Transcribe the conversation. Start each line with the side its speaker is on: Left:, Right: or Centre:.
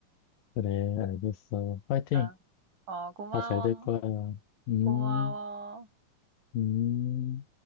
Left: 그래, 알겠어. 파이팅.
Right: 어, 어, 고마워.
Left: 다 잘 될 거야. 음,
Right: 고마워.
Left: 음.